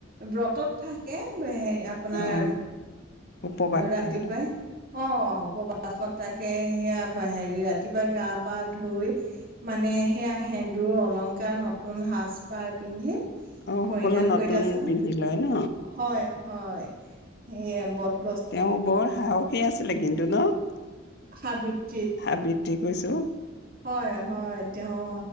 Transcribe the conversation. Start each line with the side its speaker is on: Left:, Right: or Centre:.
Right: বতত থাকে সেই আপোনাৰ
Left: অ উপবাস
Right: ৰাতিপুৱাই
Left: থাকে ন
Right: অ অ প্ৰবাসত থাকে সেয়া হেৰি ৰাতিপুৱা গা পা ধুই মানে সেয়া সেন্দুৰ অলংকাৰ নতুন সাজ পাৰ পিন্ধি
Left: অ
Right: পৰিধান
Left: সকলো নতুন
Right: কৰিত আছে ন
Left: পিন্ধি লয় ন
Right: হয় হয় সেই বদ
Left: তেওঁ বৰ সাহসী আছিলে কিন্তু তোলক
Right: সাবিত
Left: হাবি জিক গৈছো
Right: হয় হয় তেওঁ